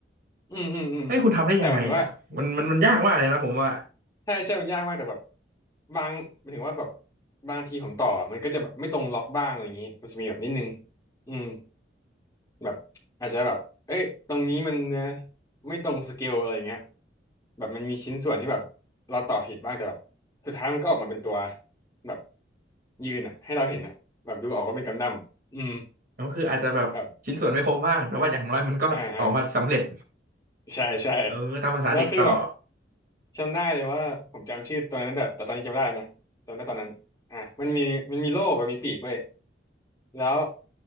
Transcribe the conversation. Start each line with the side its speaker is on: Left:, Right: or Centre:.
Left: อืมอืมอืม
Right: เฮ้ยคุณทำได้ยังไงเนี่ยมันมันมันยากมากเลยนะผมว่า
Left: แต่หมายถึงว่าใช่ใช่มันยากมากแต่แบบบางหมายถึงว่าแบบบางทีผมต่อมันก็จะแบบไม่ตรงล็อกบ้างอะไรอย่างนี้มันจะมีแบบนิดนึงอืม แบบอาจจะแบบเอ้ยตรงนี้มันเอ่อไม่ตรงสเกลอะไรเงี้ยแบบมันมีชิ้นส่วนที่แบบเราต่อผิดบ้างแต่แบบสุดท้ายมันก็ออกมาเป็นตัวแบบยืนอ่ะให้เราเห็นอ่ะแบบดูออกว่าเป็นกำดั้มอืม
Right: ก็คืออาจจะแบบชิ้นส่วนไม่ครบบ้างแต่ว่าอย่างน้อยมันก็ออกมาสำเร็จ
Left: แบบอ่าอ่า ใช่ใช่
Right: เออตามภาษาเด็กต่อ
Left: แล้วคือแบบจำได้เลยว่าผมจำชื่อตอนนั้นแต่แต่ตอนนี้จำไม่ได้นะจำได้ตอนนั้นอ่ะมันมีมันมีโลกกับมีปีกเว้ยแล้ว